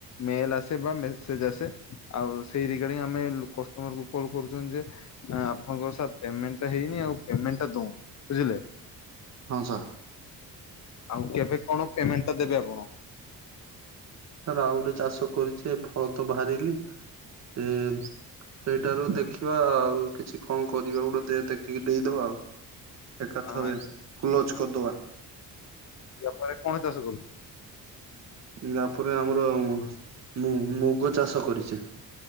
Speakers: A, on the left (about 50°); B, on the right (about 45°).
A: ମେଲ ଆସେ ବା ମେସେଜ ଆସେ ଆଉ ସେଇ ରିଗାର୍ଡିଙ୍ଗ ଆମେ କଷ୍ଟମର କୁ କଲ୍ କରୁଛନ୍ତି ଯେ ଆ ଆପଣଙ୍କର ସାର୍ ପେମେଣ୍ଟ ତ ହେଇନି ଆଉ ପେମେଣ୍ଟ ଟା ଦୋ ବୁଝିଲେ।
B: ହଁ ସାର୍।
A: ଆଉ କେବେ କଣ ପେମେଣ୍ଟ ଟା ଦେବେ ଆପଣ?
B: ସାର୍ ଆଉ ଗୋଟେ ଚାଷ କରିଛି ଫଳ ତ ବାହାରିଲି ଏ ସେଇଟାରୁ ଦେଖିବା ଆଉ କିଛି କଣ କରିବା ଗୋଟେ ଦେ ଦେଖିକି ଦେଇଦବା ଆଉ। ଏକାଥରେ
A: ଆ
B: କ୍ଲୋଜ କରିଦବା।
A: ୟା ପରେ କଣ ଚାଷ କରୁଛୁ।
B: ୟା ପରେ ଆମର ମୁ ମୁଗ ଚାଷ କରିଚି।